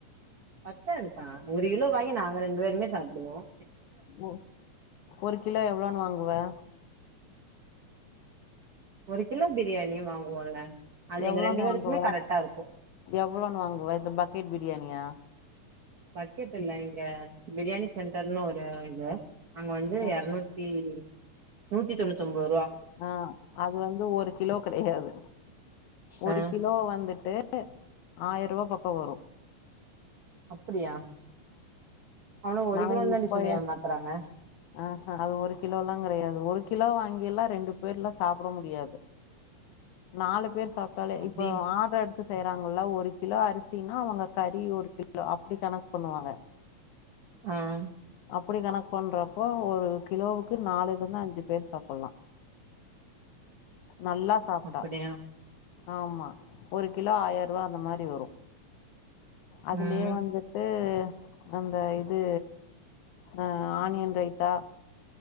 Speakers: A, on the right (about 80°); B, on the left (about 80°).
A: பத்தாதுப்பா ஒரு கிலோ வாங்கி நாங்க ரெண்டு வேருமே சாப்பிடுவோம்
B: ஓ ஒரு கிலோ எவ்ளோன்னு வாங்குவே
A: ஒரு கிலோ பிரியாணிய வாங்குவோல்ல அது
B: எவ்ளோன்னு
A: எங்க ரெண்டு
B: வாங்குவ
A: பேருக்குமே கரெக்டா இருக்கு
B: எவ்ளோன்னு வாங்குவ இந்த பக்கெட் பிரியாணியா
A: பக்கெட் இல்ல இங்க பிரியாணி சென்டர்னு ஒரு இது அங்க வந்து
B: ம்.
A: இறநூத்தி நூத்தி தொண்ணூத்தொம்பது ரூவா
B: ஆஹ அது வந்து ஒரு கிலோ கிடையாது ஒரு
A: ஆ
B: கிலோ வந்துட்டு ஆயர்ரூவா பக் கோ வரும்
A: அப்படியா அவனுங்க ஒரு
B: நா
A: கிலோன்னு
B: இப்பயே
A: தாண்டி சொல்லி ஏமாத்துறாங்க
B: ஆஹ அது ஒரு கிலோ எல்லா கிடையாது ஒரு கிலோ வாங்கி எல்லா ரெண்டு பேரெலா சாப்பிட முடியாது நாலு பேர் சாப்ட்டாலே
A: அப்படி
B: இப்ப ஆர்டர் எடுத்து செய்யறாங்கல்ல ஒரு கி கிலோ அரிசினா அவங்க கறி ஒரு கிலோ அப்டி கணக்கு பண்ணுவாங்க
A: ஆஹ
B: அப்படி கணக் பண்றா அப்போ ஒரு கிலோவுக்கு நாலு இருந்து அஞ்சு பேர் சாப்பிடலாம் நல்லா சாப்ட்டா
A: அப்படியா
B: ஆமா ஒரு கிலோ ஆயர்ருவா அந்த மாதிரி வரும் அதுலேயே
A: ம்
B: வந்துட்டு அந்த இது ஆ ஆனியன் ரைத் தா